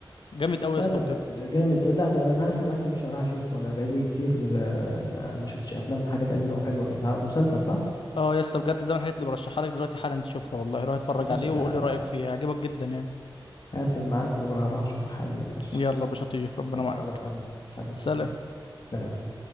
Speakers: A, on the left (about 80°); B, on the left (about 50°).
A: جامد قوي يا
B: ده
A: اسطى
B: طب
A: بجد
B: جامد ده لا ده, ده انا هقفل معاك يا باشا هروح اشوف وانا بقالي كتير آه، ما ما شفتش افلام حاجات قديمه وحلوه كده ه- مسلسل صح
A: اه يا اسطى بجد ده من الحاجات اللي برشحها لك دلوقتي حالا تشوفها والله روح اتفرج
B: يا باشا
A: عليه وقول لي رأيك فيها هيعجبك جدا يعني
B: هقفل معاك وهروح اشوفه حالا يا باشا
A: يلا يا باشا طير ربنا
B: خلاص
A: معاك
B: انا حبيبي حبيبي
A: سلام
B: اخوي سلام